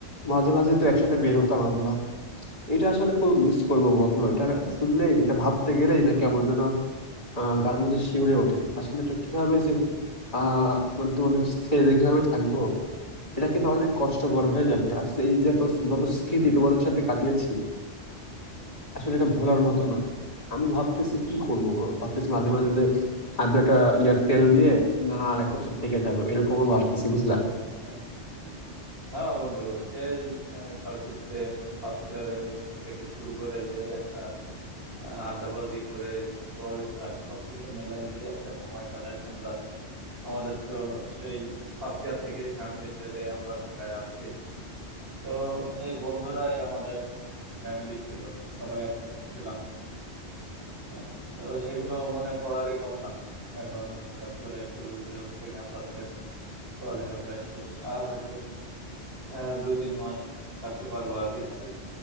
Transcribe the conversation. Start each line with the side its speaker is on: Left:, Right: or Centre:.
Left: মাঝে মাঝে তো একসাথে বের হতাম আমরা এটা আসলে খুব মিস করবো বন্ধু এটা শুনলেই এটা ভাবতে গেলেই না কেমন যেন আহ গার মধ্যে শিউরে ওঠে আসলে এটা কিভাবে যে আহ মানে তোমাদের ছেড়ে যে কিভাবে থাকবো এটা কিন্তু অনেক কষ্টকর হয়ে যাবে আর সেই যে তো যত স্মৃতি তোমাদের সাথে কাটিয়েছি আসলে এটা ভোলার মতো না আমি ভাবতেছি কি করবো ভাবতেছি মাঝে মাঝে যে আর দু একটা ইয়া ফেল দিয়ে না আর এক বছর থেকে যাবো এরকমও ভাবতেছি বুঝলা
Right: <laughs> হ্যাঁ বন্ধু সেই ভার্সিটিতে ফার্স্ট ইয়ারে থেকে শুরু করে যে একটা আহ, আড্ডাবাজি করে পড়ালেখা সবকিছু মিলাই যে একটা সময় কাটাইছি আমরা আমাদের তো সেই ফার্স্ট ইয়ার থেকে ফ্যামিলি ছেড়ে আমরা ঢাকায় আসছি তো এই বন্ধুরাই আমাদের ফ্যামিলি ছিল সবাই একসাথে ছিলাম আহ, তো সেগুলো মনে পড়ারই কথা এখন হঠাৎ করে চলে যেতে হচ্ছে ক্যাম্পাস ছেড়ে পড়ালেখা প্রায় শেষ আর হয়তো আহ, দুই তিন মাস থাকতে পারবো আর কি হলে